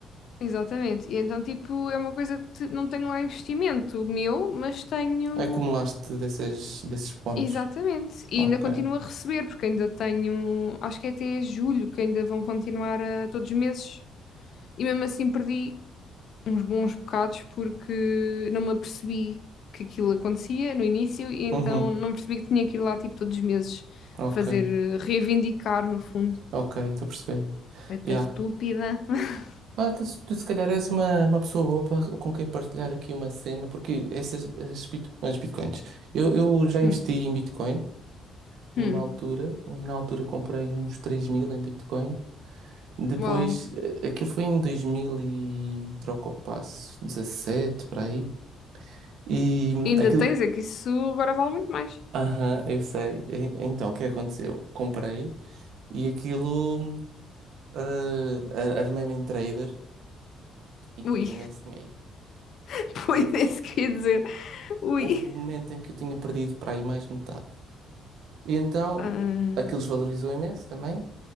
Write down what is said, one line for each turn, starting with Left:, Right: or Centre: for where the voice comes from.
Left: exatamente. E então, tipo, é uma coisa que te- não tenho lá investimento meu, mas tenho.
Right: Acumulaste dessas, desses bónus.
Left: Exatamente. E
Right: Ok.
Left: ainda continuo a receber, porque ainda tenho, acho que é até julho que ainda vão continuar a, todos os meses. E mesmo assim perdi uns bons bocados porque não me apercebi que aquilo acontecia no início e então
Right: Uhum.
Left: não percebi que tinha que ir lá tipo todos os meses
Right: Ok.
Left: fazer, eh, reivindicar no fundo.
Right: Ok, estou a perceber.
Left: Eita
Right: Yeah.
Left: estúpida. <laughs>
Right: Ah, tu, tu se calhar és uma, uma pessoa boa para, com quem partilhar aqui uma cena, porque essas as, bit- as bitcoins. Eu, eu já investi
Left: Hum,
Right: em Bitcoin
Left: hum,
Right: numa altura, na altura comprei uns 3 mil em Bitcoin. Depois,
Left: uau.
Right: eh, aquilo foi em 2000 e troca o passo, 17 para aí. E hum,
Left: Ainda
Right: aquilo.
Left: tens, é que isso agora vale muito mais.
Right: Aham, eu sei. E- Então, o que é que aconteceu? Comprei e aquilo. hum, ah, ar- armei-me em trader e
Left: Ui,
Right: perdi imenso dinheiro.
Left: <laughs>
Right: E
Left: pois
Right: eu,
Left: é isso que eu ia dizer. Ui.
Right: houve um momento em que eu tinha perdido para aí mais metade. E então,
Left: Ah,
Right: aquilo desvalorizou imenso também.